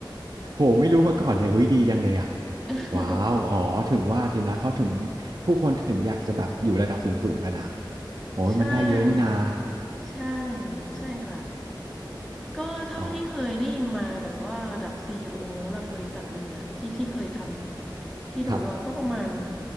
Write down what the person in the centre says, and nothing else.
<laughs>
ใช่ใช่ใช่ค่ะก็เท่าที่เคยได้ยินมาแบบว่าระดับซีอีโอเนะระดับบริษัทหนึ่งอะที่ที่เคยทำที่รู้อะก็ประมาณ